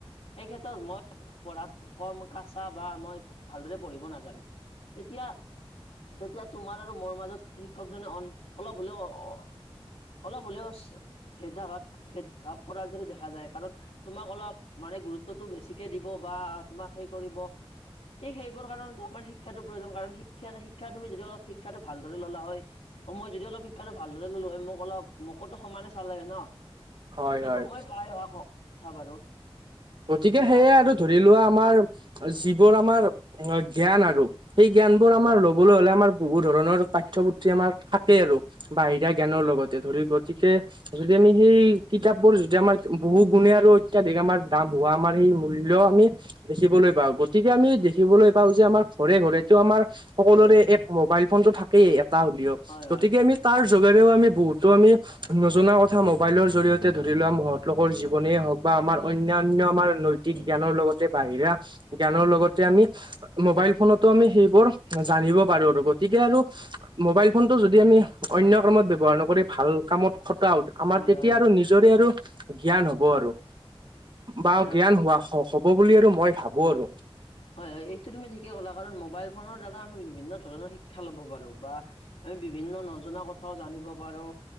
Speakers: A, on the left (about 80°); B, on the right (about 50°).
A: সেই ক্ষেত্ৰত মই পঢ়াত কম কাচা বা মই ভালদৰে পঢ়িব নাজানো তেতিয়া তেতিয়া তোমাৰ আৰু মোৰ মাজত শিক্ষকজনে অল-অলপ হ'লেও অ অলপ হলেও চ ভেদা ভাৱ ভেদ ভাৱ কৰাৰ দৰে দেখা যায় কাৰণ তোমাক অলপ মানে গুৰুত্বটো বেছিকে দিব বা তোমাক হেই কৰিব। ঠিক সেইবোৰ কাৰণতো আমাৰ শিক্ষাটো প্ৰয়োজন কাৰণ শিক্ষা শিক্ষা তুমি যদি অলপ শিক্ষাটো ভালদৰে ল'লা হয়। অ' মই যদি অলপ শিক্ষাটো ভালদৰে ল'লো হয় মোক অলপ মোকতো সমানে চালে হয় ন'?
B: হয়
A: এইটো
B: হয়
A: মই পাই অহা কথা বাৰু।
B: গতিকে
A: তোমাৰ
B: সেয়ে আৰু ধৰি লোৱা আমাৰ যিবোৰ আমাৰ জ্ঞান আৰু। সেই জ্ঞানবোৰ আমাৰ
A: হয় হয়
B: ল'বলৈ হ'লে আমাৰ বহুত ধৰণৰ পাঠ্যপুথি আমাৰ থাকে আৰু বাহিৰা জ্ঞানৰ লগতে ধৰি গতিকে আমি সেই কিতাপবোৰ যদি আমাৰ বহু গুণে আৰু অত্যাধিক আমাৰ দাম হোৱা আমাৰ সেই মূল্য আমি দেখিবলৈ পাওঁ। গতিকে আমি দেখিবলৈ পাওঁ যে আমাৰ ঘৰে ঘৰেটো আমাৰ সকলোৰে
A: উম
B: এক মোবাইল ফোনটো থাকেই এটা হ'লেও
A: হয়
B: গতিকে
A: হয়
B: আমি তাৰ যুগাৰেও বহুতো আমি নজনা কথা মোবাইলৰ জড়িয়তে ধৰি লোৱা মহৎ লোকৰ জীৱনী হওক বা বা আমাৰ অন্যান্য আমাৰ নৈতিক
A: উম
B: জ্ঞানৰ লগতে বাহিৰা জ্ঞানৰ লগতে আমি মোবাইল ফোনতো আমি সেইবোৰ জানিব পাৰো আৰু গতিকে তিকে আৰু তেতিয়া আৰু মোবাইল ফোনটো যদি আমি অন্য কামত ব্যৱহাৰ নকৰি ভাল কামত খটাও আমাৰ
A: হয়
B: তেতিয়া
A: হয় হয়
B: আৰু নিজৰে আৰু জ্ঞান হ'ব আৰু। বা
A: হয় হয় হয়
B: জ্ঞান হোৱা হ'ব বুলি আৰু মই ভাবো আৰু।
A: হয় হয় এইটো তুমি ঠিকে ক'লা কাৰণ মোবাইল ফোনৰ দ্বাৰা আমি বিভিন্ন ধৰণৰ শিক্ষা ল'ব পাৰো বা আমি বিভিন্ন নজনা কথাও জানিব পাৰো